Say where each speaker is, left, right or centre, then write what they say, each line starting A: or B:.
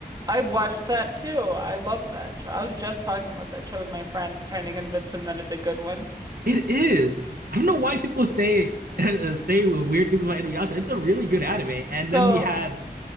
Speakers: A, on the right; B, on the right.
A: I watched that too. I loved that show. I was just talking about that show with my friend, trying to convince him that it's a good one.
B: It is. I don't know why people say <laughs> say weird things about Inuyasha. It's a really good anime. And
A: So
B: then we had